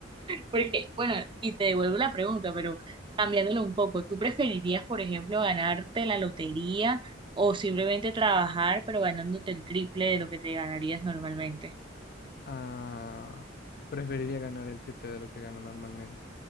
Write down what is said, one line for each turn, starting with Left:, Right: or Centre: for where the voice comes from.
Right: Porque, bueno, y te devuelvo la pregunta, pero cambiándolo un poco, ¿tú preferirías, por ejemplo, ganarte la lotería o simplemente trabajar, pero ganándote el triple de lo que te ganarías normalmente?
Left: Ah, preferiría ganar el triple de lo que gano normalmente.